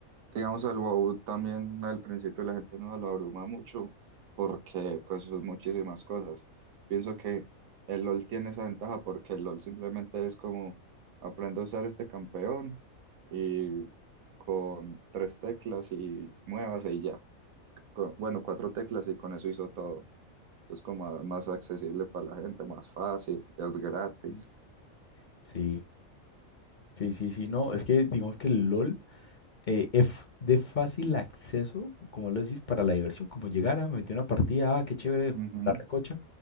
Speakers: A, on the right (about 85°); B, on the left (about 45°).
A: Digamos, al WoW también al principio la gente no lo abruma mucho porque pues son muchísimas cosas. Pienso que el LoL tiene esa ventaja porque el LoL simplemente es como aprendo a usar este campeón y con tres teclas y muevas y ya. Co- bueno, cuatro teclas y con eso hizo todo. Entonces como a- más accesible para la gente, más fácil, ya es gratis.
B: Mm. Sí, sí, sí, sí, no. Es que digamos que el LOL eh, es de fácil acceso, como lo decís, para la diversión. Como llegar a meter una partida, ah, qué chévere,
A: Ujú,
B: la recocha.